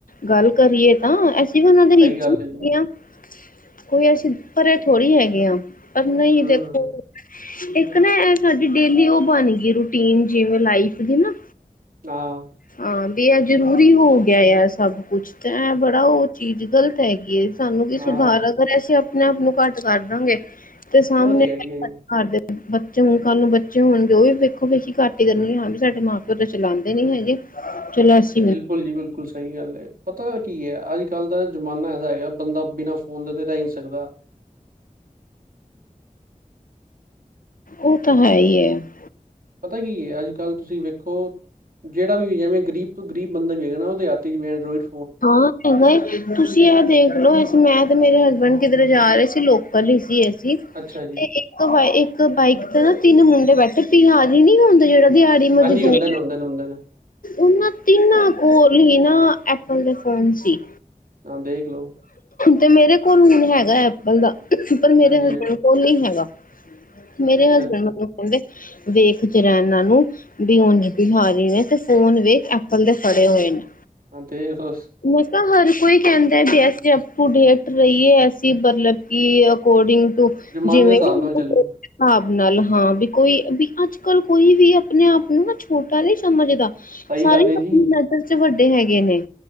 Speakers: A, on the left; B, on the right.
A: ਗੱਲ ਕਰੀਏ ਤਾਂ। ਅਸ ਤੇ ਔਨਾਂ ਦੇ ਵਿੱਚ
B: ਸਹੀ ਗੱਲ
A: ਹੀ
B: ਏ ਜੀ
A: ਆ, ਕੋਈ ਅਸੀਂ ਪਰੇ, ਥੋੜ੍ਹੀ ਹੈਗੇ ਆ। ਪਰ ਨਹੀਂ
B: ਹੂੰ
A: ਦੇਖੋ,
B: ਹੂੰ,
A: ਇੱਕ ਨਾ ਐਹ ਸਾਡੀ ਡੇਲੀ ਔ ਬਣ ਗੀ, ਰੂਟੀਨ, ਜਿਵੇਂ ਲਾਈਫ ਦੀ ਨਾ।
B: ਹਾਂ।
A: ਹਾਂ, ਬੀ ਐ ਜ਼ਰੂਰੀ ਹੋ ਗਿਆ ਏ, ਐ ਸਭ ਕੁਛ ਤੇ ਐ ਬੜਾ ਔ ਚੀਜ਼ ਗ਼ਲਤ ਹੈਗੀ ਏ, ਸਾਨੂੰ ਕੀ
B: ਹਾਂ
A: ਸੁਧਾਰ ਅਗਰ, ਅਸੀਂ ਆਪਣਾ ਮੂੰ ਘੱਟ ਕਰ ਲਾ ਗੇ। ਤੇ ਸਾਮਣੇ,
B: ਉਹ ਹੈ ਹੀ ਹੈ ਜੀ
A: ਘਰ ਦੇ ਬੱਚੇ ਹੁਣ ਕਾੱਲ ਨੂੰ ਬੱ ਚੇ ਹੋਣਗੇ ਔ ਵੀ, ਵੇਖੋ ਵੇਖੀ ਘਟ ਹੀ ਕਰਣਗੇ। ਹਾਂ ਵੀ ਸਾਡੇ ਮਾਂ-ਪਿਓ ਤੇ ਚਲਾੰਦੇ ਨੀ ਹੈਗੇ। ਚਲੋ ਅਸ
B: ਬਿਲਕੁਲ, ਜੀ ਬਿਲਕੁਲ, ਸਹੀ ਗੱਲ ਏ। ਪਤਾ ਕੀ‌ ਅੱਜ- ਕ ਅੱਜ-ਕੱਲ੍ਹ ਦਾ ਜ਼ਮਾਨਾ ਐਸਾ ਹੈਗਾ, ਬੰਦਾ ਬਿਨਾਂ ਫੋਨ ਦੇ ਤੇ ਰੈ ਹੀ ਨੀ ਸਕਦਾ।
A: ਔ ਤਾਂ ਹੈ ਈ ਯੈ। <inaudible>
B: ਪਤੈ ਕੀ ਏ, ਅੱਜ-ਕੱਲ੍ਹ ਤੁਸੀਂ ਵੇਖੋ ਜੇੜਾ ਵੀ ਏ, ਜੈਵੇਂ ਗਰੀਬ, ਤੋਂ ਗਰੀਬ ਬੰਦਾ ਵੀ ਹੈਗਾ ਨਾ, ਔਦੇ ਹੱਥ ਵੀ ਇਨਡ੍ਰੋਈਡ
A: ਹਾਂ। ਅਹਾਂ ਏ ਤੁਸੀਂ, ਐ ਦੇਖ ਲੋ ਅਸੀ ਮੈਂ ਤੇ ਮੇਰੇ ਹਸਬੈਂਡ, ਕਿੱਧਰੇ ਜਾ ਰੇ ਸੀ ਲੋਕਲ ਹੀ ਸੀ ਏਸੀ। ਤੇ
B: ਅੱਛਾ ਜੀ
A: ਇੱਕ-ਇੱਕ ਬਾਈਕ ਤੇ ਨਾ ਤਿੰਨ ਮੁੰਡੇ ਬੈਠੇ ਤੀ ਆਦ ਨਈ ਹੁੰਦੇ ਜੇੜੇ ਦਿਹਾੜੀ
B: ਹਾਂਜੀ
A: ਮਜ਼ਦੂਰ
B: ਹੁੰਦੇ ਨੇ ਹੁੰਦੇ ਨੇ ਹੁੰਦੇ ਨੇ
A: ਓਨਾ ਤਿਨਾ ਕੋਲ ਈ ਨਾ, ਐਪਲ ਦੇ ਫੋਨ ਸੀ।
B: ਨਾ ਦੇਖ ਲੋ
A: ਤੇ ਮੇਰੇ ਕੋਲ, ਹੈਗਾ ਐਪਲ ਦਾ ਪਰ ਮੇਰੇ
B: ਹਾਂਜੀ
A: ਹਸਬੈਂਡ
B: ਹਾਂਜੀ
A: ਕੋਲ ਨੀ ਹੈਗਾ। ਮੇਰੇ
B: ਅੱਛਾ
A: ਹਸਬੈਂਡ
B: ਅੱਛਾ
A: ਮੈਨੂੰ ਕਹਿਦੇ ਵੇਖ ਜਰਾ ਐਨਾ ਨੂੰ। ਵੀ ਉਂਜ ਬਿਹਾਰੀ ਨੇ, ਤੇ ਫੋਨ ਵੇਖ ਐਪਲ ਦੇ ਫੜੇ ਹੋਏ ਨੇ।
B: ਹਾਂ ਦੇਖ ਤੁਸ
A: ਮੁ <inaudible> ਤਾਂ ਹਰ ਕੋਈ ਕਹਿਦਾ ਵੀ ਐਸੀੇ ਅਪ ਟੂ ਡੇਟ ਰਈਏ ਐਸੀ ਮਤਲਬ ਕਿ ਅਕੋਰਡਿੰਗ ਟੂ
B: ਜ਼ਮਾਨੇ
A: ਜਿਵੇਂ
B: ਦੇ ਹਿਸਾਬ
A: <inaudible> <inaudible>
B: ਨਾਲ ਚੱਲੀਏ
A: ਸਾਬ ਨਾਲ ਹਾਂ ਬੀ ਕੋਈ ਵੀ ਅੱਜ-ਕੱਲ ਕੋਈ ਵੀ ਅਪਣੇ- ਆਪ ਨੂੰ ਨਾ ਛੋਟਾ, ਨਹੀਂ ਸਮਝਦਾ
B: ਸਹੀ
A: ਸਾਰੇ
B: ਗੱਲ
A: ਈ
B: ਹੈ ਜੀ।
A: ਅਪਣੀ ਨਜ਼ਰ ਚ ਵੱਡੇ ਹੈਗੇ ਨੇ।